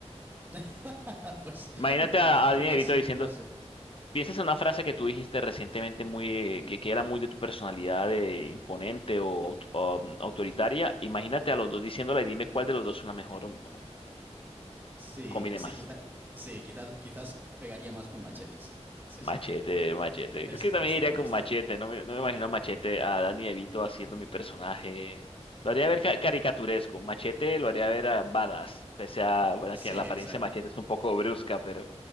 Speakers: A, on the right; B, on the left.
A: <laughs> Pues
B: Imagínate
A: quizá-
B: a,
A: quizás
B: a Dinerito
A: sí,
B: diciendo,
A: quizás sí.
B: piensas en una frase que tú dijiste recientemente muy, eh, que, que era muy de tu personalidad de imponente o, aut- o, mm, autoritaria. Imagínate a los dos diciéndola y dime cuál de los dos suena mejor o, o
A: Sí,
B: combine
A: sí,
B: más.
A: quizá, sí, quizás, quizás pegaría más con Machete, sí. Sí,
B: Machete,
A: sí.
B: machete.
A: Es,
B: Creo que
A: es
B: también
A: cierto,
B: iría con
A: es
B: machete.
A: cierto.
B: No me, no me imagino a machete a Danny DeVito haciendo mi personaje. Lo haría ver ca- caricaturesco. Machete lo haría ver a badass. Pese a, bueno,
A: Sí,
B: que la apariencia
A: exacto.
B: de machete es un poco brusca, pero